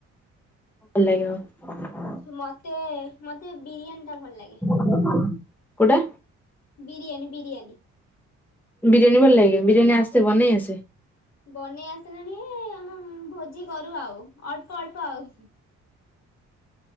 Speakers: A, in the centre; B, on the left (about 60°).
A: ଭଲ ଲାଗିବ,
B: ମୋତେ-ମୋତେ ବିରିୟାନୀଟା ଭଲ ଲାଗେ,
A: <unintelligible> କୋଟା,
B: ବିରିୟାନୀ-ବିରିୟାନୀ,
A: ବିରିୟାନୀ ଭଲ ଲାଗେ ବିରିୟାନୀ ଆସତେ ବନେଇ ଆସେ,
B: ବନେଇ ଆସିଲାଣି ଆମ ଭୋଜି କରୁ ଆଉ ଅଳ୍ପ-ଅଳ୍ପ ଆଉ,